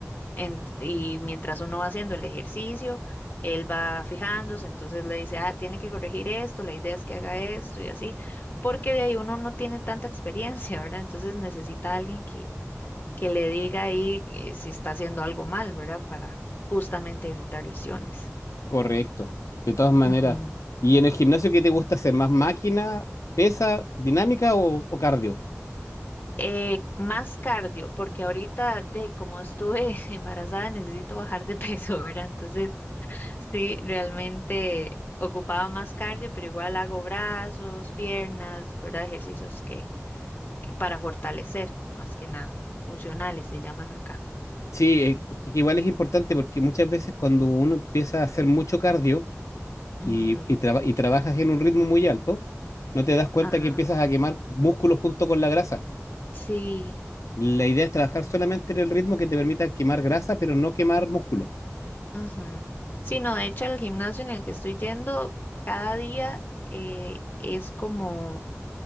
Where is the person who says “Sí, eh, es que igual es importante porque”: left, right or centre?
Left